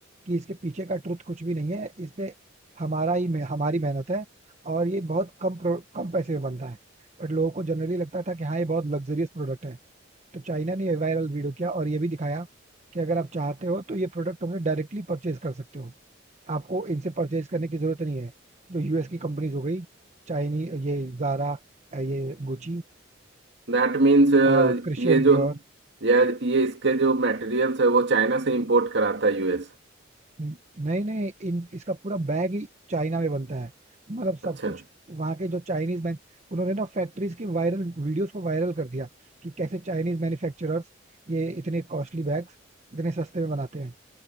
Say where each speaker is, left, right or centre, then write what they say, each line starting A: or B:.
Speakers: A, on the right; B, on the right.
A: कि इसके पीछे का ट्रुथ कुछ भी नहीं है इस पे हमारा ही मे- हमारी मेहनत है और ये बहुत कम प्रो- कम पैसे में बनता है बट लोगों को जनरली लगता था कि हाँ ये बहुत लग्जरियस प्रोडक्ट है तो चाइना ने ये वायरल वीडियो किया और ये भी दिखाया कि अगर आप चाहते हो तो ये प्रोडक्ट हमसे डायरेक्टली परचेज कर सकते हो आपको इनसे परचेज़ करने की ज़रूरत नहीं है। जो यूएस की कंपनीज़ हो गई, चाइनी ये ज़ारा अ, ये गुची
B: That means
A: अ, क्रिश्चियन
B: ये जो
A: डियोर
B: या ये इसके जो मटेरियल्स है वो चाइना से इंपोर्ट कराता है यूएस
A: हुँ, नए-नए इन इसका पूरा बैग ही चाइना में बनता है। मतलब सब
B: अच्छा
A: कुछ वहाँ के जो चाइनीज़ मैन उन्होंने ना फैक्ट्रीज़ की वायरल वीडियोज़ को वायरल कर दिया कि कैसे चाइनीज़ मैन्युफैक्चरर्स ये इतने कॉस्टली बैग्स इतने सस्ते में बनाते हैं।